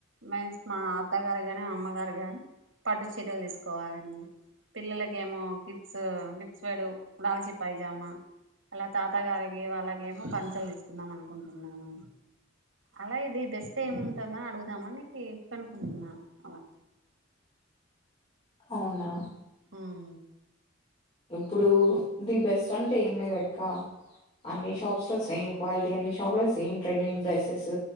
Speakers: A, on the right; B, on the left.
A: మెన్స్ మా అత్తగారు కాని అమ్మగారు కాని పట్టు చీరలు తీసుకోవాలని పిల్లలకి ఏమో కిడ్ స్ వేడు లాల్చి పైజామా అలా తాత గారికి వాళ్ళకిేమో పంచలు తీసుకుందాం అనుకుంటున్నాను అలా ఇది బెస్ట్ ఏముంటుందని అడుగుదామని కనుకుంటున్నాను అలా
B: అవునా
A: ఉం
B: ఇప్పుడు ది బెస్ట్ అంటే ఏం లేదు అక్క అన్ని షాప్స్ లో సేమ్ క్వాలిటీ అన్ని షాప్ లో సేమ్ ట్రెండింగ్ డ్రెస్సెస్